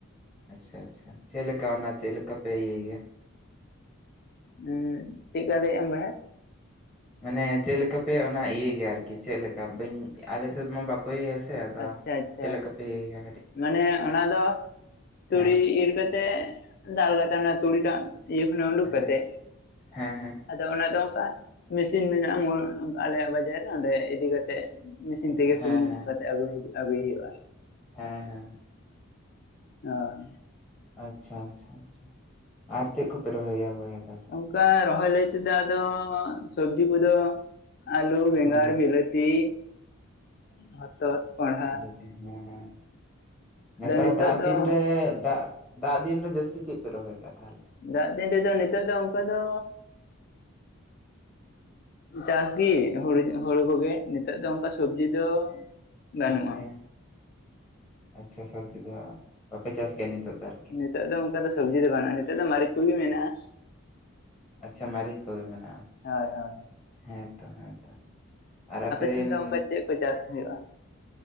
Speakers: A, in the centre; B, on the left.
A: ᱟᱪᱪᱷᱟ ᱟᱪᱪᱷᱟ ᱪᱮᱫ ᱞᱮᱠᱟ ᱚᱱᱟ ᱪᱮᱫ ᱞᱮᱠᱟ ᱯᱮ ᱤᱭᱟᱹᱭ ᱜᱮᱭᱟ?
B: ᱦ ᱪᱮᱫ ᱠᱟ ᱞᱮᱭ ᱮᱢ ᱢᱮᱦ
A: ᱢᱟᱱᱮ ᱪᱮᱫ ᱞᱮᱠᱟ ᱯᱮ ᱚᱱᱟ ᱤᱭᱟᱹᱭ ᱜᱮᱭᱟ ᱟᱨᱠᱤ ᱪᱮᱫᱞ ᱞᱮᱠᱟ ᱵᱟᱹᱧ ᱟᱞᱮᱥᱮᱫ ᱢᱟ ᱵᱟᱠᱚ ᱤᱭᱟᱹ ᱭᱟ ᱥᱮᱼᱼ ᱥᱮ ᱟᱫᱚ
B: ᱟᱪᱪᱷᱟ ᱟᱪᱪᱷᱟ
A: ᱪᱮᱫ ᱞᱮᱠᱟᱯᱮ ᱤᱭᱟᱹ
B: ᱢᱟᱱᱮ ᱚᱱᱟ ᱫᱚ ᱛᱩᱲᱤ
A: ᱦᱮᱸ
B: ᱤᱨ ᱠᱟᱛᱮᱜ ᱫᱟᱞ ᱠᱟᱛᱮᱜ ᱚᱱᱟ ᱛᱩᱲᱤᱴᱟᱜᱼᱼ ᱤᱭᱟᱹ ᱠᱷᱚᱱᱟᱜ ᱩᱰᱩᱠ
A: ᱦᱮᱸ
B: ᱠᱟᱛᱮᱜ,
A: ᱦᱮᱸ ᱦᱮᱸ
B: ᱟᱫᱚ ᱚᱱᱟ ᱫᱚ ᱚᱱᱠᱟ ᱢᱮᱥᱤᱱ ᱢᱮᱱᱟᱜᱼᱟ ᱟᱞᱮᱭᱟᱜ ᱵᱟᱡᱟᱨ ᱨᱮ᱾ ᱚᱸᱰᱮ ᱤᱫᱤ ᱠᱟᱛᱮᱜ ᱢᱤᱥᱼᱼ ᱤᱥᱤᱱ ᱛᱮᱜᱮ
A: ᱦᱮᱸ
B: ᱥᱩᱱᱩᱢ
A: ᱦᱮᱸ
B: ᱠᱟᱛᱮ ᱟᱸᱜᱩ ᱟᱹᱜᱩᱭ ᱦᱩᱭᱩᱜᱼᱟ।
A: ᱦᱮᱸ ᱦᱮᱸ
B: ᱦᱳᱭ
A: ᱟᱪᱪᱷᱟ ᱟᱪᱪᱷᱟ ᱟᱪᱪᱷᱟ ᱟᱨ ᱪᱮᱫ ᱠᱚᱯᱮ ᱨᱚᱦᱚᱭᱟ ᱵᱚᱭᱦᱟ ᱛᱟᱦᱚᱞᱮ?
B: ᱚᱱᱠᱟ ᱨᱚᱦᱚᱭ ᱞᱟᱹᱭ ᱛᱮᱫᱚ ᱟᱫᱚ ᱥᱚᱵᱡᱤ ᱠᱚᱫᱚ ᱟᱞᱩ ᱵᱮᱸᱜᱟᱲ
A: ᱦᱮᱸ
B: ᱵᱤᱞᱟᱹᱛᱤ ᱦᱚᱛᱚᱫ ᱠᱚᱸᱦᱚᱸᱰᱟ
A: ᱦᱚᱸ ᱦᱚᱸ ᱱᱮᱛᱟᱨ
B: ᱱᱤᱛᱚᱜ
A: ᱫᱟᱜ
B: ᱫᱚ
A: ᱫᱤᱱ ᱨᱮ ᱫᱟᱜ ᱫᱟᱜ ᱫᱤᱱ ᱨᱮ ᱡᱟᱹᱥᱛᱤ ᱪᱮᱫ ᱯᱮ ᱨᱚᱦᱚᱭ ᱠᱟᱜ ᱛᱟᱞᱦᱮ?
B: ᱫᱟᱜ ᱫᱤᱱ ᱨᱮᱫᱚ ᱱᱤᱛᱚᱜ ᱫᱚ ᱚᱱᱠᱟ ᱫᱚ ᱪᱟᱥ ᱜᱮ ᱦᱩᱲᱩ ᱦᱩᱲᱩ ᱠᱚᱜᱮ ᱱᱤᱛᱚᱜ ᱱᱤᱛᱚᱜ ᱫᱚ ᱚᱱᱠᱟ ᱥᱚᱵᱡᱤ ᱫᱚ ᱵᱟᱱᱩᱜᱼᱟ।
A: ᱥᱚᱵᱽᱡᱤ ᱟᱪᱪᱷᱟ ᱥᱚᱵᱽᱡᱤ ᱫᱚ ᱵᱟᱯᱮ ᱪᱟᱥ ᱠᱮᱭᱟ ᱱᱤᱛᱚᱜ ᱫᱚ ᱟᱨᱠᱤ?
B: ᱱᱤᱛᱚᱜ ᱫᱚ ᱚᱱᱠᱟ ᱫᱚ ᱥᱚᱵᱽᱡᱤ ᱫᱚ ᱵᱟᱝᱼᱟ ᱱᱤᱛᱚᱜ ᱫᱚ ᱢᱟᱨᱤᱪ ᱠᱚ ᱜᱮ ᱢᱮᱱᱟᱜᱼᱟ
A: ᱟᱪᱪᱷᱟ ᱢᱟᱹᱨᱤᱪ ᱠᱚᱜᱮ ᱢᱮᱱᱟᱜᱼᱟ
B: ᱦᱳᱭ ᱦᱳᱭ
A: ᱦᱮᱸᱛᱚ ᱦᱮᱸᱛᱚ ᱟᱨ ᱟᱯᱮ ᱨᱮᱱ
B: ᱥᱮᱫ ᱫᱚ ᱚᱱᱠᱟ ᱪᱮᱫ ᱠᱚ ᱪᱟᱥ ᱦᱩᱭᱩᱜᱼᱟ